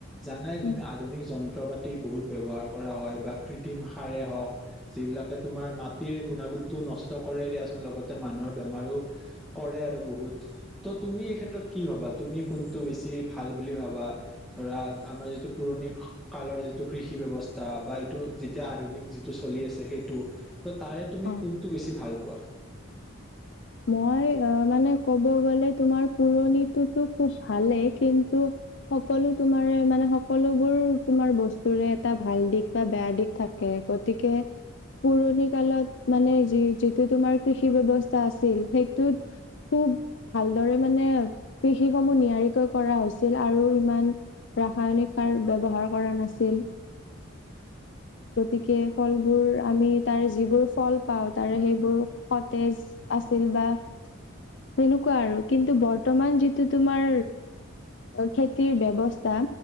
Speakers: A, in the centre; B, on the left.
A: জানাই
B: উম,
A: তুমি আধুনিক যন্ত্ৰ পাত- তি বহুত ব্যৱহাৰ কৰা হয় বা কৃত্ৰিম সাৰে হওক। যিবিলাকে তোমাৰ মাটিৰ গুণাগুণটো নষ্ট কৰে দিয়াচোন লগতে মানুহৰ বেমাৰো- কৰে আৰু বহুত। ত তুমি এই ক্ষেত্ৰত কি ভাবা তুমি- কোনটো বেছি ভাল বুলি ভাবা? ধৰা আমাৰ যিটো পুৰণি কালৰ যিটো কৃষি বেৱস্থা বা এইটো যেতিয়া আধুনিক যি- টো চলি আছে সেইটো, ত তাৰে তুমি
B: অ',
A: কোনটো বেছি ভাল পোৱা?
B: মই অঁ মানে ক'ব গ'লে তোমাৰ পুৰণিটোতো খুব ভালেই। কিন্তু- সকলো তোমাৰে মানে সকলোবোৰ তোমাৰ বস্তুৰে এটা ভাল দিশ বা বেয়া দিশ- থাকে। গতিকে- পুৰণি কালত মানে যি যিটো তোমাৰ কৃষি ব্যৱস্থা আছ- ছিল। সেইটোত খুব ভালদৰে মানে কৃষি সমূহ নিয়াৰিক- কৈ কৰা হৈছিল। আৰু সিমান ৰাসায়নিক সাৰ ব্যৱহাৰ কৰা নাছিল। গতিকে ফলবোৰ আমি- তাৰে যিবোৰ ফল পাওঁ তাৰে সেইবোৰ সতেজ আছিল বা- তেনেকুৱা আৰু কিন্তু বৰ্তমান যিটো তোমাৰ খেতিৰ ব্যৱস্থা